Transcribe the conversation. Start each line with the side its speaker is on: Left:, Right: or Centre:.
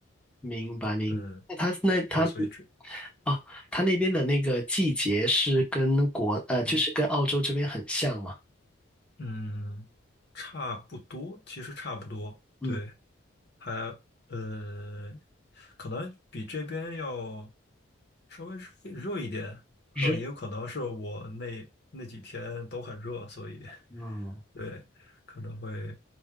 Centre: 明白明白。
Left: 嗯，
Centre: 那他那他
Left: 对，所以这，
Centre: 哦，他那边的那个季节是跟国呃，
Left: 嗯
Centre: 就是跟澳洲这边很像吗？
Left: 嗯，差不多，其实差不多，
Centre: 嗯，
Left: 对，还呃，可能比这边要稍微热一点，可也有可能是我那那几天都很热，
Centre: 热，
Left: 所以
Centre: 嗯。
Left: 对，可能会，